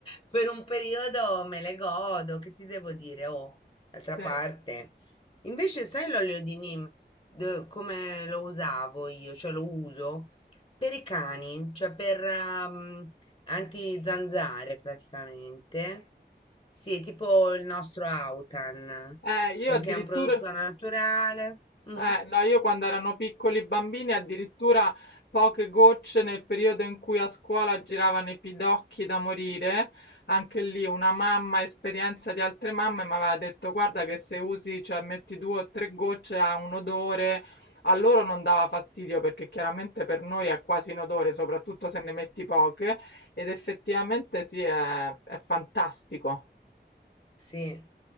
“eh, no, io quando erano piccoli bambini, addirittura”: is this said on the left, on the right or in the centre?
Left